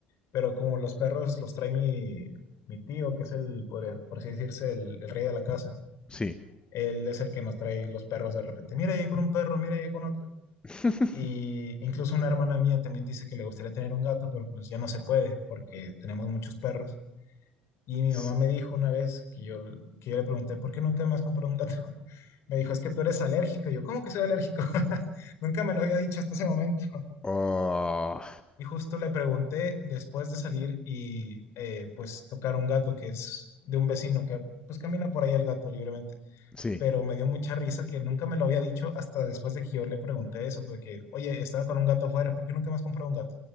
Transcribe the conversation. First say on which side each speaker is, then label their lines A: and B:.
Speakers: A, on the left; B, on the left.
A: pero como los perros los trae mi, mi tío, que es el, por, por así decirse, el, el rey de la casa,
B: Sí.
A: él es el que nos trae los perros de repente. Mira, llegué con un perro, mira, llegué con otro.
B: <laughs>
A: Y incluso una hermana mía también dice que le gustaría tener un gato, pero pues ya no se puede porque tenemos muchos perros. Y mi
B: Sí.
A: mamá me dijo una vez que yo, que yo le pregunté, ¿por qué nunca me has comprado un gato? <laughs> Me dijo, es que tú eres alérgico. Y yo, ¿cómo que soy alérgico? <laughs> Nunca me lo había dicho hasta ese momento. <laughs>
B: Oh,
A: Y justo le pregunté después de salir y eh, pues tocar un gato que es de un vecino que pues camina por ahí el gato libremente.
B: sí.
A: Pero me dio mucha risa que nunca me lo había dicho hasta después de que yo le pregunté eso, porque, oye, estaba con un gato afuera, ¿por qué nunca me has comprado un gato?